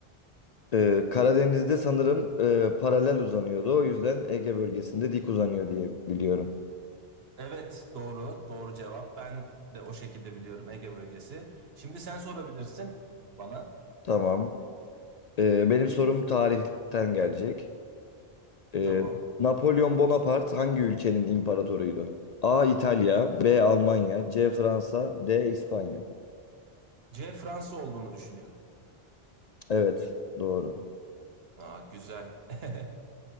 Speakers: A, on the left; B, on the right.
A: Ee, Karadeniz'de sanırım e, paralel uzanıyordu. O yüzden Ege bölgesinde dik uzanıyor diye biliyorum.
B: Evet, doğru. Doğru cevap. Ben de o şekilde biliyorum Ege bölgesi. Şimdi sen sorabilirsin bana.
A: Tamam. Ee, benim sorum tarihten gelecek. Ee,
B: Tamam.
A: Napolyon Bonaparte hangi ülkenin imparatoruydu? A. İtalya, B. Almanya, C. Fransa, D. İspanya.
B: C Fransa olduğunu düşünüyorum.
A: Evet, doğru.
B: Aa, güzel. <laughs>